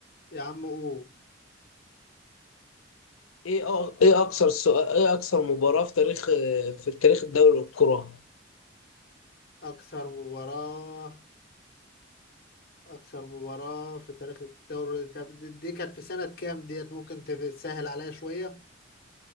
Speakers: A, on the left (about 45°); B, on the left (about 85°).
A: يا عم قول
B: ايه أ- ايه اكثر سؤال ايه اكثر مباراة في تاريخ في تاريخ الدوري الكرة
A: اكثر مباراة اكثر مباراة في تاريخ الدوري طب دي دي كانت في سنة كام ديت ممكن تسهل عليا شوية